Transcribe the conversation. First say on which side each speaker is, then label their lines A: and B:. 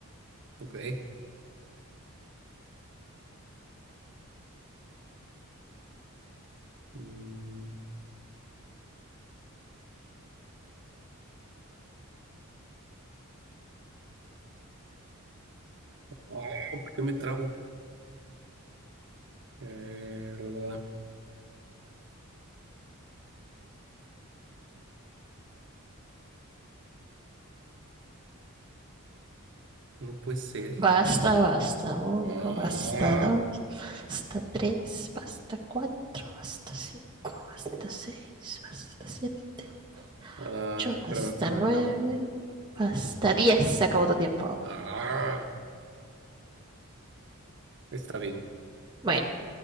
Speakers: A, on the right (about 55°); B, on the right (about 20°).
A: ok. Mm, ah, ¿por qué me trabo? Eh, la- no puede ser.
B: Basta, basta uno,
A: Ah,
B: basta dos, basta tres, basta cuatro, basta cinco, basta seis, basta siete,
A: ah,
B: ocho,
A: espérame,
B: basta
A: espérame,
B: nueve,
A: espérame.
B: basta diez. Se acabó tu tiempo.
A: Ah, está bien.
B: Bueno,